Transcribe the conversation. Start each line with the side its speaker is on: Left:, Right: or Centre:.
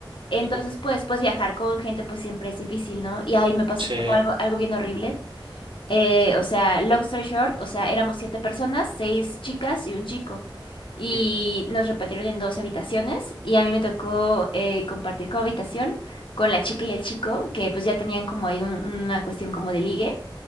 Left: Entonces,
Right: mm,
Left: pues, pues viajar con gente pues siempre es difícil, ¿no? Y ahí me pasó
Right: sí,
Left: como algo, algo bien horrible. Eh, o sea, long story short, o sea, éramos siete personas, seis chicas y un chico. Y
Right: mm,
Left: nos repartieron en dos habitaciones y a mí me tocó eh, compartir como habitación con la chica y el chico, que pues ya tenían como ahí un- una cuestión como de ligue.